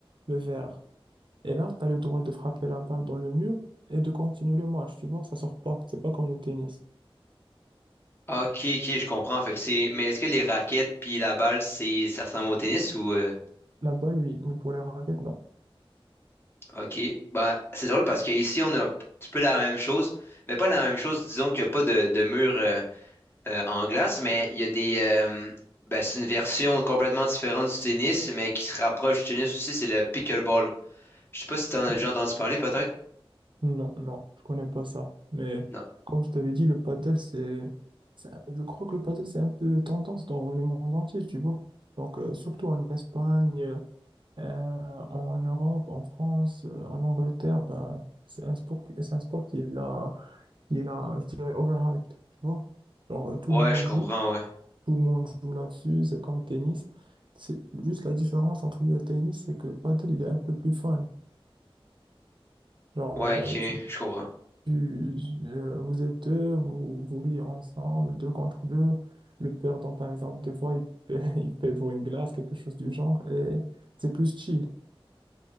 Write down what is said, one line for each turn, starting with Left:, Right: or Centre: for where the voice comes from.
Right: le verre. Et là, tu as le droit de frapper la balle dans le mur et de continuer le match, tu vois, ça sort pas. C'est pas comme le tennis.
Left: Ah, Ok, ok, je comprends. Fait que c'est. Mais est-ce que les raquettes puis la balle, c'est ça ressemble au tennis ou euh,
Right: La balle, oui, mais pour les raquettes, non.
Left: Ok. bah c'est drôle parce qu'ici, on a un petit peu la même chose. Mais pas la même chose, disons qu'il n'y a pas de, de mur. euh, en glace, mais il y a des. euh, ben, c'est une version complètement différente du tennis, mais qui se rapproche du tennis aussi, c'est le pickleball. Je sais pas si t'en as
Right: Ouais.
Left: déjà entendu parler, peut-être?
Right: Non, non, je connais pas ça. Mais
Left: Non.
Right: comme je t'avais dit, le padel, c'est, c'est un- je crois que le padel, c'est un peu tendance dans le monde entier, tu vois. Donc, euh, surtout en Espagne. euh, Euh, en Europe, en France, euh, en Angleterre, ben, c'est un sport, qui- c'est un sport qui est là, qui est là, je dirais, overhyped, tu vois. Genre, euh, tout
Left: Ouais,
Right: le monde
Left: je comprends,
Right: joue,
Left: ouais.
Right: tout le monde joue là-dessus, c'est comme le tennis. C'est juste la différence entre lui et le tennis, c'est que le paddle, il est un peu plus fun. Genre,
Left: Ouais,
Right: euh,
Left: ok,
Right: tu,
Left: je comprends.
Right: tu- euh, vous êtes deux, vous, vous riez ensemble, deux contre deux. Le perdant, par exemple, des fois, il paie, <laughs> il paie pour une glace, quelque chose du genre, et c'est plus chill